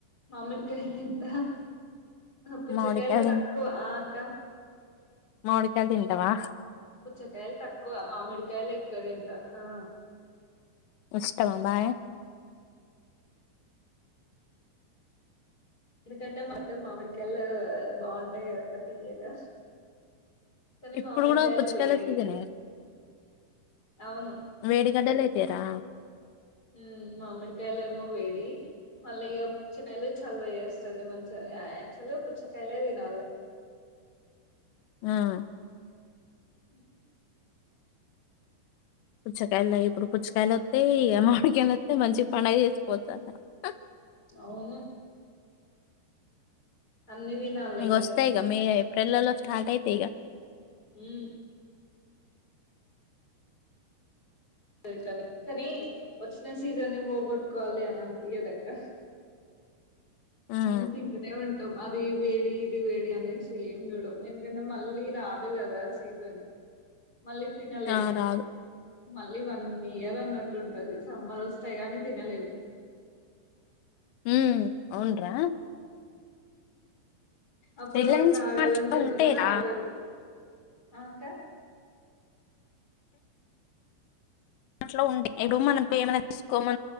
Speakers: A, on the left; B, on the left.
A: మామిడికాయలు ఎంత పుచ్చకాయలు
B: మామిడికాయలు
A: తక్కువ ఆ అక్క
B: మాడికాయలు తింటావా
A: పుచ్చకాయలు తక్కువ మామిడికాయలు ఎక్కువ తింటా ఆ
B: ఇష్టవా మరి
A: ఎందుకంటే మాత్తం మామిడికాయ బాగుంటాయి కదక్క తీయగా కానీ
B: ఇప్పుడు
A: మామిడికాయలు
B: కూడా పుచ్చుకాయాల
A: వేడి
B: సీజన్ యే
A: అవును
B: వేడిగడ్డలు అయితే తరా
A: ఉ మామడి కాయలు ఎమో వేడి మళ్ళీ ఇక పుచ్చకాయలు చలవ చేస్తాది మంచిగా యాక్టువల్గా పుచ్చకాయలే తినాలి <inaudible>
B: ఆ
A: అ
B: పుచ్చకాయలు ఇప్పుడు పుచ్చకాయలు వస్తయి అ మామడికయలు వస్త మంచి పండగ చేసుకోవచ్చు చాల
A: అవును అన్ని తినాలి
B: ఇక
A: ఇగ
B: వస్తాయి ఇక మే ఏప్రిల్లో స్టార్ట్ అయితా ఇక
A: ఆ సరే కాని కానీ వచ్చిన సీజన్ని ని పోగొట్టుకోవాలి అని అనిపియాదు అక్క
B: ఉమ్,
A: అన్ని తింటనే ఉంటు మా ఇది వేడి ఇది వేడి అనేది ఏం చూడము ఎందుకంటే మళ్ళీ రాదు కదా సీజన్ మళ్ళీ తినలేము
B: ఆ రాదు
A: మళ్ళీ వన్ ఇయర్ అన్నట్టు ఉంటది సమ్మర్ వస్తాయి కాని తినలేము
B: హ అవును రా
A: అప్పటి
B: రిలయన్స్
A: వరకు ఆగాలంటే
B: మార్ట్ లో
A: ఎవ్వరు
B: ఉంటాయి రా
A: ఆగరు ఆ అక్క
B: అట్లో ఉండే ఎడు మనం ఏమైనా తీసుకోమ